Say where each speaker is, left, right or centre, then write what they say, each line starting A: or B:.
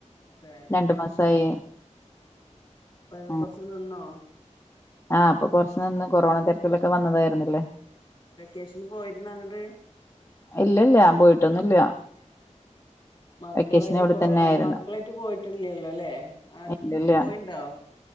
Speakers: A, on the left (about 40°); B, on the left (about 20°).
A: അതെ
B: രണ്ട് മാസായി
A: ആ ആ അപ്പൊ
B: ആ
A: <unintelligible>
B: ആഹ് അപ്പം കെറച്ച്നിന്നും കൊറോണ തെരക്കിലൊക്കെ വന്നതായിരുന്നല്ലേ
A: ആ ആ വെക്കേഷന് പോയിരുന്നു അങ്ങ്ട്
B: ഇല്ല ഇല്ല ഞാൻ പോയിട്ടൊന്നുല്ല
A: ആ മക്കളായിട്ട്
B: വെക്കേഷൻ ഇവിടെ
A: പോ
B: തന്നെ
A: ആ
B: ആയിരുന്നു
A: മക്കളായിട്ട് പോയിട്ടില്ലല്ലോ അല്ലേ ആ
B: ഇല്ലല്ല
A: പോയിണ്ടോ?